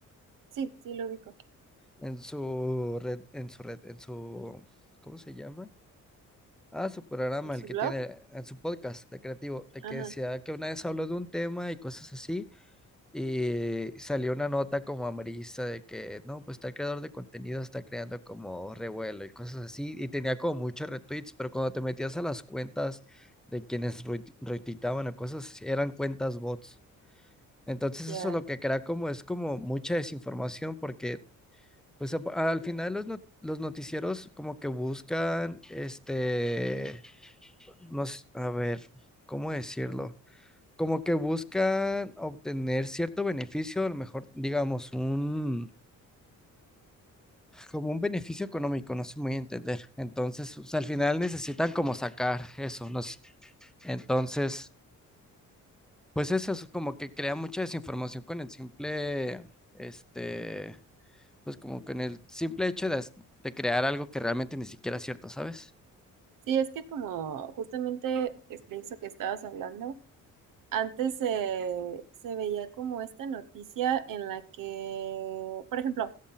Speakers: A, on the right (about 80°); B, in the centre.
A: sí, sí lo ubico.
B: En su red, en su red, en su, ¿cómo se llama? Ah, su programa,
A: ¿Su
B: el que
A: blog?
B: tiene en su podcast de creativo, de
A: Ajá,
B: que decía que una vez habló de un tema y cosas así, y salió una nota como amarillista de que, no, pues tal creador de contenido está creando como revuelo y cosas así, y tenía como muchos retweets, pero cuando te metías a las cuentas de quienes retuit- retuitaban o cosas así, eran cuentas bots. Entonces
A: ya.
B: eso lo que crea como es como mucha desinformación porque pues a- al final los, no- los noticieros como que buscan este, nos, a ver, ¿cómo decirlo? Como que buscan obtener cierto beneficio, a lo mejor digamos un, como un beneficio económico, no sé muy bien entender. Entonces, o sea al final necesitan como sacar eso, no sé. Entonces, pues eso es como que crea mucha desinformación con el simple este pues como con el simple hecho de, as- de crear algo que realmente ni siquiera es cierto, ¿sabes?
A: Sí, es que como justamente es de eso que estabas hablando. Antes se, se veía como esta noticia en la que, por ejemplo,